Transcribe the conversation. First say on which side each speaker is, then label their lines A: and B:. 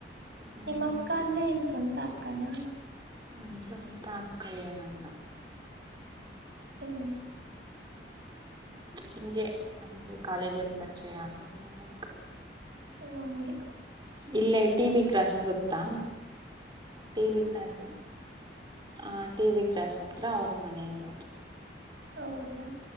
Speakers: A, on the right; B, on the right.
A: ಹ್ಮ್
B: ನಿಮ್ಮ ಅಕ್ಕ ಅಂದ್ರೆ ನಿಮ್ ಸ್ವಂತ ಅಕ್ಕಾನ
A: ನಮ ಸ್ವಂತ ಅಕ್ಕ ಏನಲ್ಲ
B: ಹ್ಮ
A: ಹಿಂಗೆ ನಮ್ಗೆ ಕಾಲೇಜಲ್ಲಿ ಪರಿಚಯ ಆಗಿರ ಅಕ್ಕ
B: ಹೊ ಹಂಗೆ
A: ಇಲ್ಲೇ ಟಿ ಬಿ ಕ್ರಾಸ್ ಗೊತ್ತಾ ಟಿ ಬಿ ಕ್ರಾಸ್ ಆ ಟಿ ಬಿ ಕ್ರಾಸ್ ಹತ್ರ ಅವ್ರ ಮನೆ ಇರೋದು
B: ಹೌದಾ